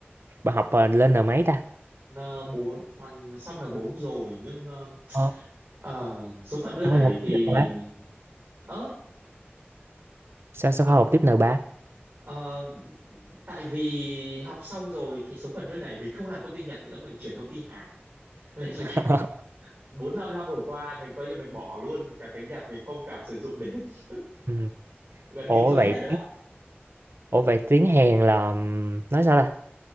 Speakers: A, on the right; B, on the right.
A: bạn học ờ, lên N mấy ta
B: n bốn hoàn xong n bốn rồi nhưng ờ,
A: Ờ,
B: Ờ, số phận đưa
A: sao
B: đẩy
A: không học
B: thì
A: tiếng Nhật hả?
B: ớ
A: sao sao không học tiếp n ba?
B: ờ, tại vì học xong rồi thì số phận đưa đẩy mình không làm công ty Nhật nữa mình chuyển công ty Hàn <laughs> nên là
A: <laughs>
B: bốn năm năm vừa qua mình coi như mình bỏ luôn cả tiếng Nhật mình không cả sử dụng đến <laughs>
A: ừ.
B: gần
A: Ủa
B: như trôi
A: vậy
B: hết rồi á
A: Ủa vậy tiếng Hàn là nói sao ta?